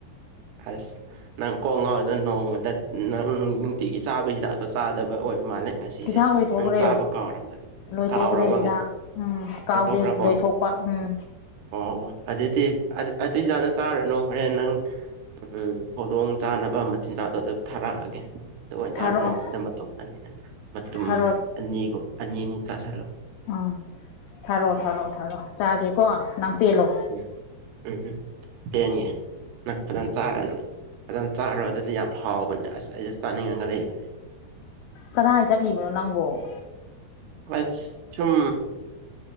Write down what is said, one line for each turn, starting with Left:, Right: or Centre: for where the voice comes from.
Right: ꯑꯁ ꯅꯪ ꯀꯣꯡ ꯉꯥꯎꯔꯤꯗ ꯅꯣꯡꯃꯗ ꯅꯪ ꯅꯨꯡꯇꯤꯒꯤ ꯆꯥꯕꯒꯤ ꯍꯤꯗꯥꯛꯇꯣ ꯆꯥꯗꯕ ꯑꯣꯏꯔ ꯃꯥꯜꯂꯦ ꯉꯁꯤꯁꯦ
Left: ꯍꯤꯗꯥꯛ ꯂꯣꯏꯊꯣꯛꯈ꯭ꯔꯦ
Right: ꯅꯪ ꯆꯥꯕ ꯀꯥꯎꯔ ꯃꯥꯜꯂꯦ
Left: ꯂꯣꯏꯊꯣꯛꯈ꯭ꯔꯦ
Right: ꯀꯥꯎꯔꯕ
Left: ꯍꯤꯗꯥꯛ ꯎꯝ ꯀꯥꯎꯗꯦ
Right: ꯂꯣꯏꯊꯣꯛꯈ꯭ꯔꯕꯣ
Left: ꯂꯣꯏꯊꯣꯛ ꯎꯝ
Right: ꯑꯣ ꯑꯗꯨꯗꯤ ꯑꯗꯨ ꯍꯤꯗꯥꯛꯇ ꯆꯥꯔꯨꯅꯨ ꯍꯣꯔꯦꯟ ꯅꯪ ꯎꯝ ꯍꯧꯗꯣꯡ ꯆꯥꯅꯕ ꯃꯆꯤꯟꯖꯥꯛꯗꯣ ꯑꯗꯨꯝ ꯊꯥꯔꯛꯑꯒꯦ ꯇ ꯑꯣꯏꯅ
Left: ꯊꯥꯔꯛꯑꯣ
Right: ꯆꯥꯔ ꯅꯣꯡꯃꯗ ꯃꯇꯨꯝ ꯑꯅꯤ ꯃꯇꯨꯝ
Left: ꯊꯥꯔꯣ
Right: ꯑꯅꯤꯒꯨꯝ ꯑꯅꯤ ꯑꯅꯤ ꯆꯥꯥꯁꯜꯂꯣ
Left: ꯎꯝ ꯊꯥꯔꯛꯑꯣ ꯊꯥꯔꯛꯑꯣ ꯊꯥꯔꯛꯑꯣ ꯆꯥꯒꯦꯀꯣ ꯅꯪ ꯄꯦꯜꯂꯣ
Right: ꯎꯝ ꯎꯝ ꯎꯝ ꯄꯦꯟꯉꯦ ꯅꯪ ꯐꯖꯅ ꯆꯥꯔ ꯐꯖꯅ ꯆꯥꯔꯨꯔ ꯑꯗꯨꯗꯤ ꯌꯥꯝ ꯍꯥꯎꯕꯅꯦ ꯑꯁ ꯑꯩꯁꯨ ꯆꯥꯅꯤꯡꯉꯒ ꯂꯩꯏꯕꯅꯦ
Left: ꯀꯗꯥꯏ ꯆꯠꯂꯤꯕꯅꯣ ꯅꯪꯕꯣ
Right: ꯑꯁ ꯁꯨꯝ